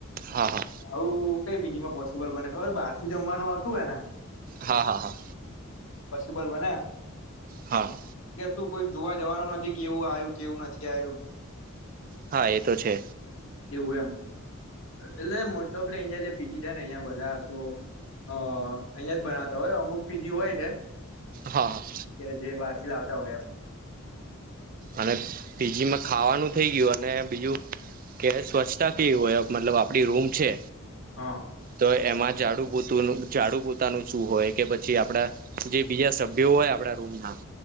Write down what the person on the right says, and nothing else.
હા હા
હા હા હા
હા
હા એ તો છે.
હા હા
અને પીજીમાં ખાવાનું થઈ ગયું અને બીજું કે સ્વચ્છતા કેવી હોય?? મતલબ આપડી રૂમ છે
તો એમાં ઝાડુ પોતુનુ ઝાડુ પોતાનું શું હોય કે પછી આપડા જે બીજા સભ્યો હોય આપડા રૂમ ના